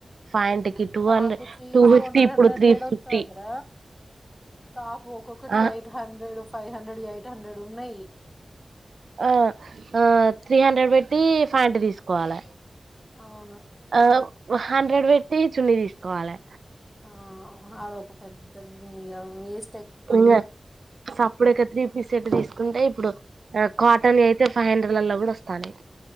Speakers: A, on the right (about 80°); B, in the centre.
A: ప్యాంట్ కి two
B: top
A: hundred
B: three
A: two
B: four
A: fifty ఇప్పుడు
B: హండ్రెల
A: త్రీ
B: ఎడ
A: ఫిఫ్టీ
B: ఒత్తందిర టాప్ ఒక్కొక్కటి
A: ఆ
B: eight hundred five hundred eight hundred ఉన్నాయి
A: ఆ త్రీ హండ్రెడ్ పెట్టి ప్యాంట్ తీసుకోవాలి
B: అవును
A: ఆ హండ్రెడ్ పెట్టి చున్నీ తీసుకోవాలి.
B: ఆ అదొక పెద్ద మీ <unintelligible>
A: ఇంకా సప్పుడెక త్రీ పీస్ సెట్ తీసుకుంటే ఇప్పుడు ఆ కాటన్ అయితే ఫైవ్ హండ్రెడ్లలో కూడా వస్తానాయి.